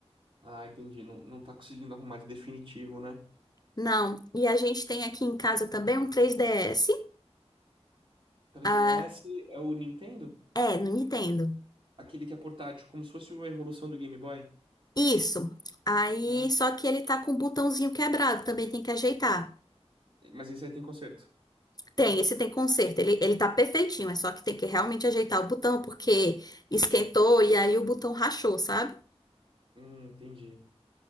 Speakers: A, on the right (about 50°); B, on the left (about 35°).
A: Ah, entendi. Não, não tá conseguindo arrumar de definitivo, né?
B: Não. E a gente tem aqui em casa também um 3DS.
A: 3DS
B: Ah,
A: é o Nintendo?
B: é, no Nintendo.
A: Aquele que é portátil, como se fosse uma evolução do Game Boy.
B: Isso. Aí,
A: Ah,
B: só que ele tá com um botãozinho quebrado, também tem que ajeitar.
A: mas esse aí tem conserto.
B: Tem, esse tem conserto. Ele, ele tá perfeitinho, é só que tem que realmente ajeitar o botão, porque esquentou e aí o botão rachou, sabe?
A: Hum, entendi.